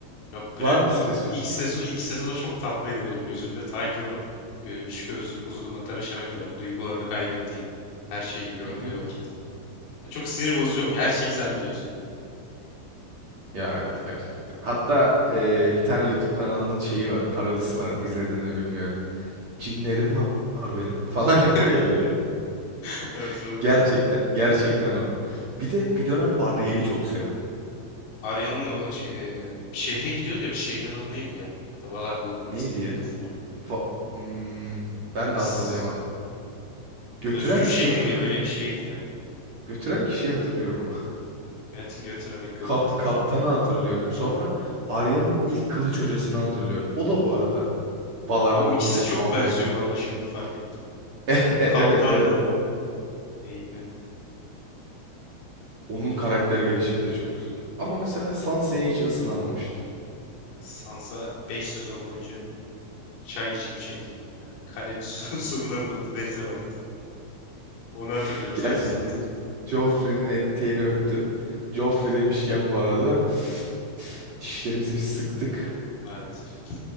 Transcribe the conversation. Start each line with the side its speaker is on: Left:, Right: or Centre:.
Left: Ya Bren
Right: var mı
Left: ilk,
Right: spesifik?
Left: ilk sezon ilk sezonu çok tatlıydı benim gözümde. Ta ki o e, üç gözlü kuzgunla tanışana kadar o duygularını kaybettiği, her şeyi gördüğü
Right: Hı hı.
Left: vakit. E, çok sinir bozucu oluyor. Her şeyi sen biliyorsun.
Right: Ya evet gerçekten. Hatta eee, bir tane YouTube kanalının şeyi var, parodisi var. İzledin mi bilmiyorum. Cinlerim var var benim <laughs> falan
Left: Şey
Right: yapıyor ya böyle.
Left: <laughs> hatırladım.
Right: <laughs> Gerçekten, gerçekten o. Bir de
Left: O
Right: bir dönem Arya'yı çok sevdim.
Left: Arya'nın o şey e, şehre gidiyordu ya. Bu şehrin adı neydi ya? The Valar Morghulis
Right: Neydi
Left: diye
Right: ya?
Left: bir laf var.
Right: Va- Hmm, ben de
Left: S-
Right: hatırlayamadım. Götüren
Left: Özgür
Right: kişiyi
Left: şehir
Right: hatırlıyorum.
Left: mi? Öyle bir şeydi ya.
Right: Götüren kişiyi hatırlıyorum ama.
Left: Evet <laughs> götürene
Right: <laughs>
Left: kıvırcık
Right: Kap,
Left: saç.
Right: kaptanı hatırlıyorum. Sonra Arya'nın ilk kılıç hocasını hatırlıyorum. O da bu arada Valar
Left: Ama
Right: Morghulis
Left: o ikisi çok
Right: muhabbetini.
Left: benziyor bu arada şimdi fark ettim.
Right: <laughs> E- e-
Left: O kaptanla
Right: Evet evet.
Left: o eğitmeni.
Right: Onun karakter gelişimi de çok güzel. Ama mesela Sansa'ya hiç ısınamamıştım.
Left: Ya Sansa 5 sezon boyunca Çay içip şey. e, Kalenin su- <laughs> surlarının denize baktı. Onu hatırlıyorum
Right: <laughs>
Left: sadece
Right: Gerçekten
Left: sans
Right: Joffrey'nin eteğini öptü. Joffrey demişken bu arada <sighs> dişlerimizi bir sıktık.
Left: maalesef.